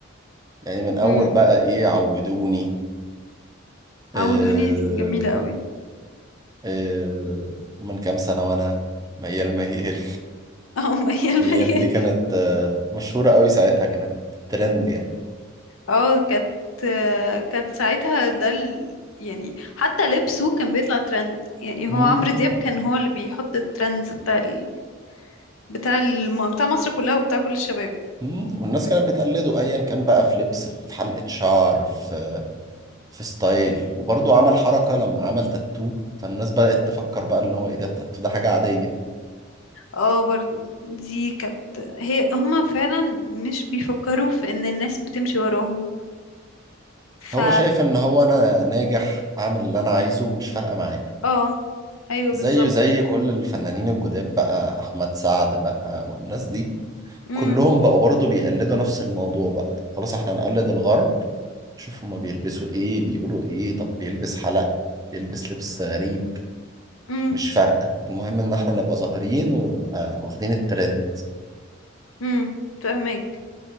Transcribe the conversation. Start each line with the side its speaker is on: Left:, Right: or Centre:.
Right: يعني من اول
Left: امم
Right: بقى ايه عودوني آه
Left: عودوني دي جميله قوي
Right: آه من كام سنه وانا ميال ميال
Left: اه <laughs> ميال
Right: ميال
Left: ميال
Right: دي كانت آه، مشهوره قوي ساعتها كانت ترند يعني
Left: اه كانت آه، كانت ساعتها ده ال... يعني حتى لبسه كان بيطلع ترند يعني هو
Right: مم،
Left: عمرو دياب كان هو اللي بيحط الترندز بتاع ال... بتاع الم... بتاع مصر كلها وبتاع كل الشباب
Right: مم. والناس كانت بتقلده ايا كان بقى في لبس في حلقه شعر في في ستايل وبرضه عمل حركة لما عمل تاتو فالناس بدأت تفكر بقى اللي هو ايه ده التاتو ده حاجة عادية
Left: اه برضو دي كانت هي هما فعلا مش بيفكروا في ان الناس بتمشي وراهم ف
Right: هو شايف ان هو انا ناجح اعمل اللي انا عايزه مش فارقة معايا
Left: اه ايوه
Right: زيه
Left: بالظبط
Right: زي كل الفنانين الجداد بقى احمد سعد بقى والناس دي
Left: امم
Right: كلهم بقوا برضه بيقلدوا نفس الموضوع بقى طب خلاص احنا هنقلد الغرب شوف هما بيلبسوا ايه بيقولوا ايه طب بيلبس حلق بيلبس لبس غريب
Left: امم
Right: مش فارقة المهم ان احنا نبقى ظاهرين ونبقى واخدين الترند
Left: امم فاهمك